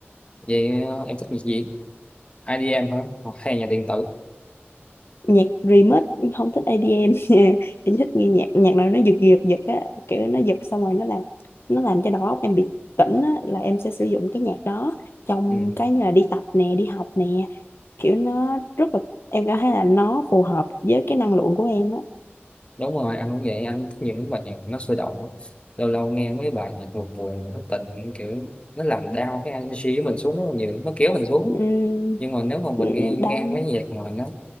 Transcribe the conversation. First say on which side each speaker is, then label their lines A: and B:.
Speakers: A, on the left (about 25°); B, on the left (about 65°).
A: vậy ờ, em thích nhạc gì IDM hả Hoặc hay nhạc điện tử
B: nhạc remix không thích EDM nha. em <laughs> em thích nghe nhạc nhạc nào nó giật giật giật á kiểu nó giật xong rồi nó làm nó làm cho đầu óc em bị tỉnh á là em sẽ sử dụng cái nhạc đó trong
A: ừ.
B: cái như là đi tập nè đi học nè kiểu nó rất là em cảm thấy là nó phù hợp với cái năng lượng của em á
A: đúng rồi anh cũng vậy anh thích những bài nhạc nó sôi động á lâu lâu nghe mấy bài nhạc buồn buồn mà thất tình kiểu nó làm đau cái energy của mình xuống rất là nhiều nó kéo mình xuống
B: uhm,
A: nhưng mà nếu mà mình nghe nghe
B: đau
A: mấy nhạc mà nó